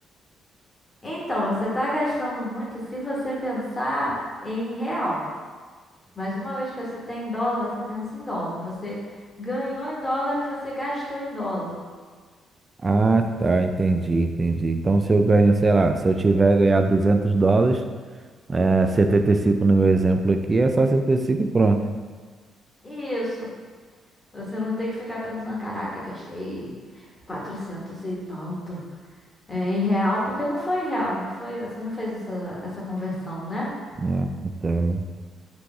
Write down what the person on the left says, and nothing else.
então, você tá gastando muito se você pensar em real. Mas uma vez que você tem em dólar, você pensa em dólar. Você ganhou em dólar e você gastou em dólar.
Isso. Você não tem que ficar pensando, caraca, gastei 400 e tanto é, em real, porque não foi em real, não foi, você não fez essa, essa conversão, né?